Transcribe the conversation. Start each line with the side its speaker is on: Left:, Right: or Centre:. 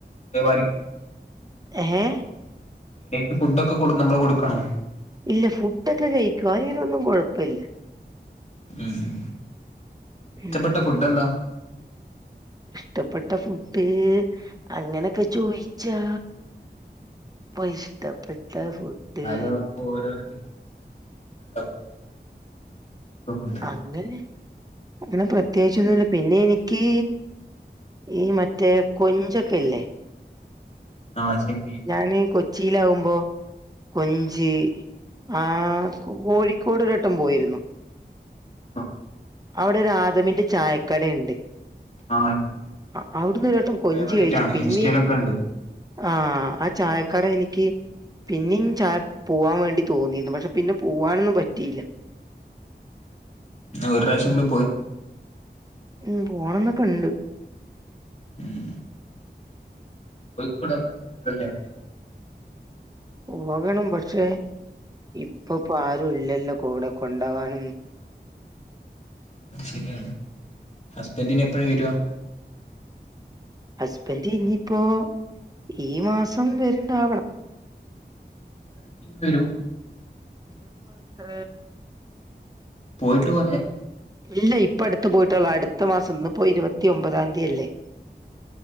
Left: അതോ വാരി കൊടു <inaudible>
Right: ഏഹ്
Left: എണീറ്റ് ‌ ഫുഡ്ഡൊക്കെ കൊടു നമ്മള് കൊടുക്കണോ?
Right: ഇല്ല ഫുഡ്ഡൊക്കെ കഴിക്കും അതിനൊന്നും കൊഴപ്പില്ല.
Left: ഇം ഇഹ് ഇഹ് ഇഷ്ടപ്പെട്ട
Right: ഉം
Left: ഫുഡ്‌ എന്താ?
Right: ഇഷ്ടപ്പെട്ട ഫുഡ്ഡ് അങ്ങനൊക്കെ ചോയ്ച്ചാ ഇപ്പ ഇഷ്ടപ്പെട്ട ഫുഡ്ഡ്
Left: എന്നാലും <inaudible> ഉണ്ടാവും
Right: അങ്ങനെ അങ്ങനെ പ്രത്യേകിച്ചൊന്നും ഇല്ല പിന്നെ എനിക്ക് ഈ മറ്റേ കൊഞ്ചൊക്കെയില്ലേ
Left: ആഹ് ചെമ്മീൻ
Right: ഞാനീ കൊച്ചിയിലാവുമ്പോ കൊഞ്ച് ആഹ് കൊ കോഴിക്കോട് ഒരു വട്ടം പോയിരുന്നു
Left: ആഹ്
Right: അവിടൊരു ആദമിന്റെ ചായക്കടേണ്ട്.
Left: ആഹ്
Right: അ അവിടുന്ന് ഒരു വട്ടം കൊഞ്ചു
Left: ഫേവറേറ്റ്
Right: കഴിച്ചു
Left: ആണ്
Right: പിന്നെ
Left: ഇൻസ്റ്റയിലൊക്കെ ഉണ്ട്
Right: ആഹ് ആ ചായക്കട എനിക്ക് പിന്നെയും ചായക്ക് പോവാൻ വേണ്ടി തോന്നിരുന്നു പക്ഷെ പിന്നെ പോവാനൊന്നും പറ്റിയില്ല.
Left: ഒരു പ്രാവശ്യം കൂടി പോയി
Right: ഉം പോണംന്നൊക്കെണ്ട്
Left: ഉം കോഴിക്കോട് ആണ് വേറെ ലെവൽ
Right: പോകണം പക്ഷെ ഇപ്പൊ പ ആരും ഇല്ലല്ലോ കൂടെ കൊണ്ടകാനും
Left: അത് ശെരിയാണ് ഹസ്ബൻഡ് ഇനി എപ്പോഴാണ് വരുവ
Right: ഹസ്ബൻഡ് ഇനിയിപ്പോ ഈ മാസം വെരിടാവണം
Left: <unintelligible>
Right: ഇന്നിപ്പോ ഇത്ര
Left: പോയിട്ട് കൊറേ
Right: ഇല്ല ഇപ്പൊ അടുത്ത് പോയിട്ടുള്ളോ അടുത്ത മാസം ഇന്ന്പ്പോ ഇരുപതിയൊമ്പതാംദി അല്ലെ